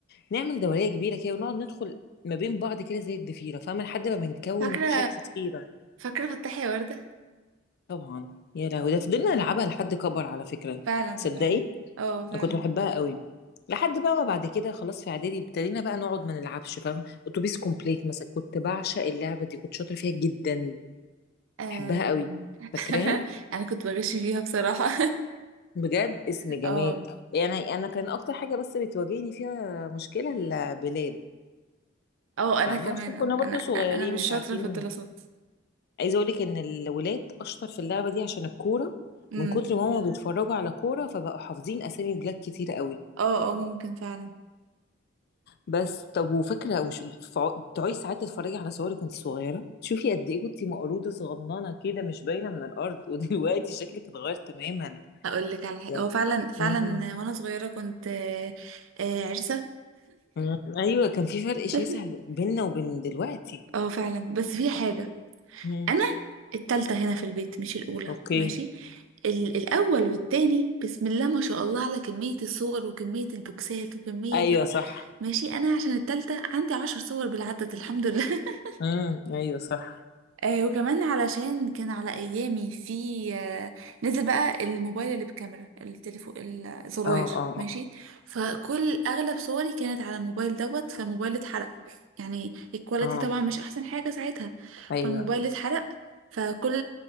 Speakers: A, on the left (about 55°); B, on the right (about 75°).
A: نعمل دوريه كبيره كده ونقعد ندخل ما بين بعض كده زي الضفيره فاهمه لحد ما بنكون
B: فاكره
A: شكل ضفيره
B: فاكرة فتحي يا وردة
A: طبعا يا لهوي ده فضلنا نلعبها لحد كبر على فكره
B: فعلا
A: تصدقي
B: فعلا اه فعلا
A: انا كنت بحبها قوي لحد بقى ما بعد كده خلاص في اعدادي ابتدينا بقى نقعد ما نلعبش فاهم اتوبيس كومبليت مثلا كنت بعشق اللعبه دي كنت شاطره فيها جدا
B: أم...
A: بحبها قوي فاكراها
B: <laughs> انا كنت بغش فيها بصراحة
A: بجد
B: <laughs>
A: اسم جماد
B: اه
A: يعني انا كان اكتر حاجه بس بتواجهني فيها مشكله البلاد
B: اه
A: فاهمة
B: انا كمان
A: عشان كنا
B: اه
A: برضو
B: انا
A: صغيرين
B: انا مش
A: مش
B: شاطرة
A: عارفين
B: في الدراسات
A: عايزة اقولك ان الولاد اشطر في اللعبة دي عشان الكورة
B: امم
A: من كتر ما هما بيتفرجوا على كورة فبقوا حافظين اسامي بلاد كتير قوي
B: اه اه ممكن فعلا
A: بس طب وفاكره وش بتفع- بتقعدي ساعات تتفرجي على صورك وانت صغيره تشوفي قد ايه كنتي مقروضه صغننه كده مش باينه من الارض <laughs> ودلوقتي شكلك اتغير تماما
B: اقول لك على حاجة
A: يعني
B: اه فعلا فعلا
A: مم.
B: وانا صغيرة كنت آه، آه، عرسة
A: مم. ايوه كان في فرق شاسع
B: <laughs>
A: بيننا وبين دلوقتي
B: اه فعلا بس في حاجة
A: مم.
B: انا التالتة هنا في البيت مش الأولى
A: اوكي
B: ماشي ال- الأول والتاني بسم الله ما شاء الله على كمية الصور وكمية البوكسات وكمية
A: ايوه صح
B: ماشي انا عشان التالتة عندي عشر صور بالعدد الحمد لله <laughs>
A: مم. ايوه صح
B: آه وكمان علشان كان على ايامي في آه نزل بقى الموبايل اللي بكاميرا التليفون الزراير
A: اه اه
B: ماشي
A: اه
B: فكل اغلب صوري كانت على الموبايل دوت فالموبايل اتحرق يعني الكواليتي
A: آه.
B: طبعا مش احسن حاجة ساعتها
A: ايوه
B: فالموبايل اتحرق فكل